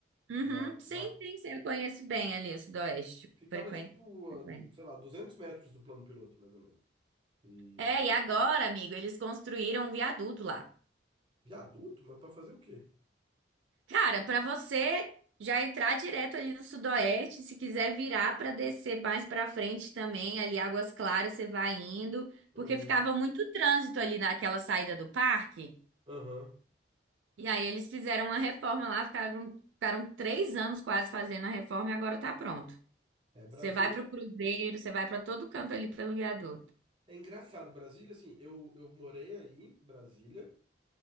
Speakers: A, on the right; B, on the right.
A: Na,
B: Uhum. Sim,
A: na,
B: sim, sim, eu conheço bem ali o Sudoeste.
A: ficava
B: Frequente,
A: tipo,
B: frequente.
A: a, sei lá, 200 metros do plano piloto, mais ou menos. E
B: É, e agora, amigo, eles construíram um viaduto lá.
A: viaduto, mas para fazer o quê?
B: Cara, pra você já entrar direto ali no Sudoeste, se quiser virar pra descer mais pra frente também, ali Águas Claras, você vai indo,
A: Aham,
B: porque ficava muito trânsito ali naquela saída do parque.
A: aham.
B: E aí eles fizeram uma reforma lá, ficaram, ficaram três anos quase fazendo a reforma e agora tá pronto.
A: É, Brasília.
B: Você vai pro Cruzeiro, você vai pra todo canto ali pelo viaduto.
A: É engraçado, Brasília, assim, eu, eu morei aí, em Brasília.